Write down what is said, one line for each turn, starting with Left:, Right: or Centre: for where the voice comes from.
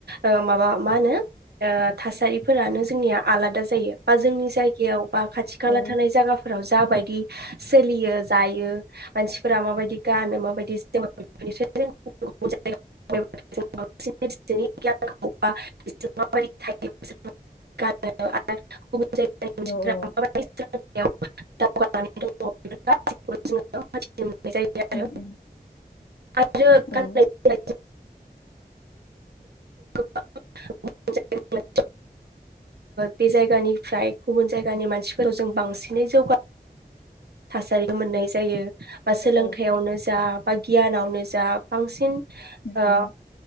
Right: ओ माबा मा होनो फोरानो जोंनिया आलादा जायो। बा जोंनि जायगायाव बा खाथि खाला
Left: औ
Right: थानाय जायगाफोराव जाबायदि सोलियो जायो मानसिफोरा माबायदि गानो माबायदिनिफ्रायसनि गियान बि माबाय थायो <unintelligible> गानो आरो गुबुन जायगानि मोनसे <unintelligible>
Left: औ
Right: दावगानानै दङ' बिखौ गाैखौबो जोङो <unintelligible> बे जायगायाव
Left: उम उम
Right: आरो
Left: औ उम
Right: आरो <unintelligible> <unintelligible> <unintelligible> बे जायगानिफ्राय गुबुन जायगानि मानसिफोराव जों बांसिनै जौगा थासारिखौ मोननाय जायो। बा सोलोंथायाइयावनो
Left: उम औ औ
Right: जा बा गियानावनो जा बांसिन
Left: उम
Right: आ
Left: उम